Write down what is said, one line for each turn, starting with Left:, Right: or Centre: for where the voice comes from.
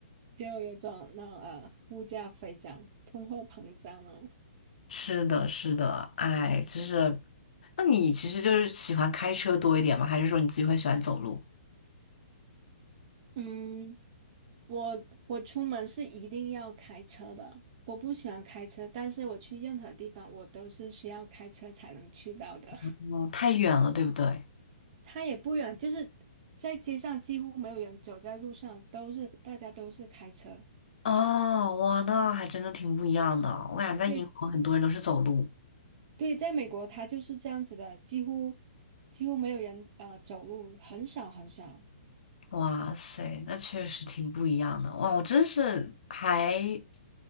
Right: 就有种那种呃物价飞涨、通货膨胀了。
Left: 是的，是的，哎，就是，那你其实就是喜欢开车多一点吗？还是说你自己会喜欢走路？
Right: 嗯，我我出门是一定要开车的。我不喜欢开车，但是我去任何地方，我都是需要开车才能去到的。
Left: 嗯，太远了，对不对？
Right: 他也不远，就是在街上几乎没有人走在路上，都是大家都是开车。
Left: 哦，哇，那还真的挺不一样的哦。我感觉在英国很多人都是走路，
Right: 对对，在美国他就是这样子的，几乎几乎没有人呃走路，很少很少。
Left: 哇塞，那确实挺不一样的。哇，我真是还